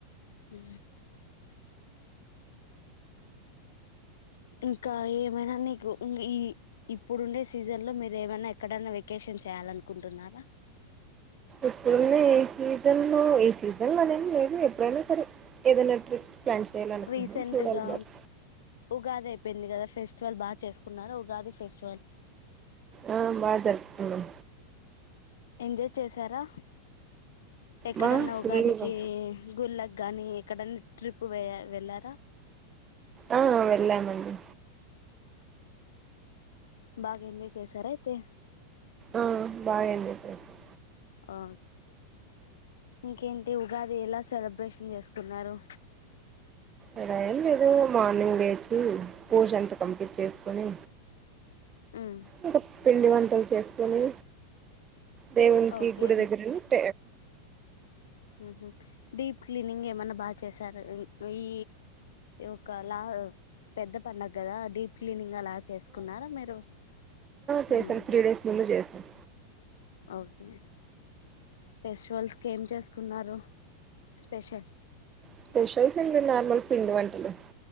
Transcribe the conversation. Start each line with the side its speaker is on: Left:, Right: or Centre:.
Left: అ ఇంకా ఏమైనా నీకు ఈ ఇప్పుడుండే సీజన్ లో మీరు ఏమైనా ఎక్కడైనా వెకేషన్ చేయాలనుకుంటున్నారా?
Right: ఇప్పుడున్న ఏ సీజన్ లో ఏ సీజన్ లో అనే లేదు ఎప్పుడైనా సరే ఏదైనా ట్రిప్స్ ప్లాన్ చేయాలనుకుంటున్నాం
Left: రీసెంట్గా
Right: చూడాలి మరి
Left: ఉగాదే అయింది కదా ఫెస్టివల్ బాగా చేసుకున్నారా ఉగాది ఫెస్టివల్
Right: ఆ బాగా జరుపుకున్నాం
Left: ఎంజాయ్ చేశారా? ఎక్కడన్నా
Right: బా ఫుల్గా
Left: ఉగాదికి గుర కానీ ఎక్కడనా ట్రిప్ వె వెళ్ళారా?
Right: ఆ వెళ్ళామండి.
Left: బాగా ఎంజాయ్ చేసార అయితే
Right: ఆ బాగా ఎంజాయ్ చేశాం
Left: ఆ ఇంకేంటి ఉగాది ఎలా సెలబ్రేషన్ చేసుకున్నారు
Right: అలా ఏం లేదు మార్నింగ్ లేచి పూజ అంత కంప్లీట్ చేసుకొని
Left: ఉమ్
Right: <unintelligible> పిండి వంటలు చేసుకొని దేవునికి
Left: ఓకే
Right: గుడి దగ్గర ఉట్ట
Left: హ డీప్ క్లీనింగ్ ఏమన్నా బాగా చేసారా ఈ ఒకలా పెద్ద పండగ కదా డీప్ క్లీనింగ్ అలా చేసుకున్నారా మీరు
Right: చేశాను
Left: ఉమ్
Right: త్రీ డేస్ ముందు చేశాను
Left: ఓకే ఫెస్టివల్స్కి ఏం చేసుకున్నారు స్పెషల్
Right: స్పెషల్స్ ఏం లేదు నార్మల్ పిండి వంటలే